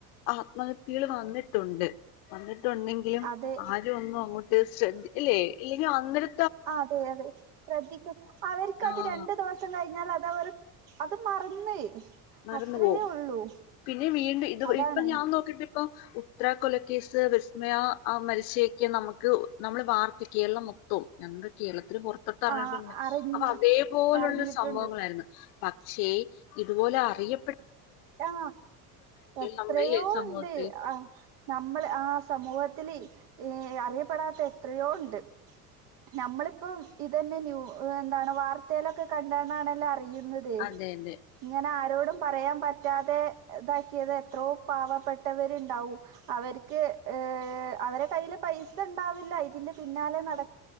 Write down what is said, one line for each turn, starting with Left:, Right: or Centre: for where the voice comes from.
Left: ആത്മഹത്യയിൽ വന്നിട്ടുണ്ട് ട്ടുണ്ടെങ്കിലും
Right: അതെ
Left: ആരും ഒന്നും അങ്ങോട്ട് <unintelligible> ഇല്ലേ ഇനി അങ്ങനെ
Right: അതെ അതെ ശ്രദ്ധിക്ക് അവർക്ക്
Left: ആ
Right: അത് രണ്ടു ദിവ സം കഴിഞ്ഞാൽ അത് അവര് അത് മറന്ന്
Left: മറന്ന്
Right: അത്രയേ
Left: പോവും
Right: ഉള്ളൂ
Left: പിന്നെ വീണ്ടും ഇത്
Right: അതാണ്
Left: ഇപ്പൊ ഞാൻ നോക്കിട്ട് ഇപ്പൊ ഉത്ര കൊലക്കേസ് വിസ്മയ ആ മരിച്ചയോക്കെ നമക്ക് നമ്മൾ വാർത്ത കേരളം മൊത്തവും <unintelligible>
Right: ആ
Left: <unintelligible>
Right: അറിഞ്ഞ്
Left: അപ്പൊ അതേപോലുള്ള
Right: അറിഞ്ഞിട്ടുണ്ട്
Left: സംഭവങ്ങളായിരുന്നു ക്ഷേ ഇത് തുപൊലെ അറിയ
Right: ആ എത്രയോ
Left: നമ്മുടെ ഈ സമൂഹത്തിൽ
Right: ഉണ്ട് ആ നമ്മള് ആ സമൂഹത്തി ത്തില് അറിയപ്പെടാത്ത എത്രയോ ഉണ്ട് നമ്മളിപ്പം ഇതന്നെ ന്യു എന്താണ് വാർത്തെലൊക്കെ കണ്ടാണല്ലോ അറിയു ന്നത്
Left: അതെ അതെ
Right: ഇങ്ങനെ ആ രോടും പറയാൻ പറ്റാ റ്റാതെ ഇതാക്കിയത് എത്രോ പാവപ്പെട്ടവരുണ്ടാവും അവർക്ക് അവരെ കയ്ൽ പൈസ ഇണ്ടാവില്ല ഇതിന്റെ പിന്നാലെ നട